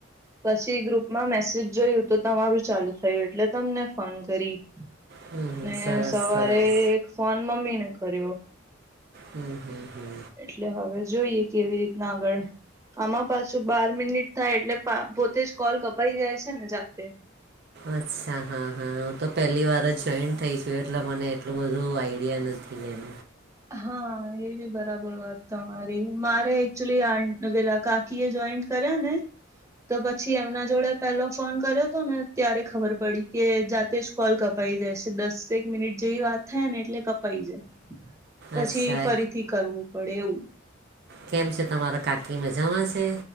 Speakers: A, on the right; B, on the right.
A: પછી ગ્રુપમાં મેસેજ જોયું તો તમારું ચાલુ થયું એટલે તમને ફોન કરી.
B: હમ હમ
A: ને
B: સરસ
A: સવારે
B: સરસ
A: ફોન મમ્મીને કર્યો.
B: હમ હમ હમ
A: એટલે હવે જોઈએ કેવી રીત ના આગળ આમાં પાછું બાર મિનિટ થાય એટલે પોતે જ કોલ કપાઈ જાય છે ને જાતે?
B: અચ્છા હા હા હું તો પહેલી વાર જ જોઈન થઈ છું એટલે મને એટલું બધું આઈડિયા નથ થી એમ.
A: હા એ બી બરાબર વાત તમારી. મારે એકચુલી આ <inaudible> કી એ જોઈન્ટ કર્યા ને તો પછી એમના જોડે પેલો ફોન કર્યો તો ને ત્યારે ખબર પડી કે જાતે જ કોલ કપાઈ જાય છે. દસેક મિનિટ જેવી વાત થાય ને એટલે કપાઈ જાય. પછી
B: અચ્છા
A: ફરીથી કરવું પડે એવું.
B: કેમ છે તમારા કાકી મજામાં છે?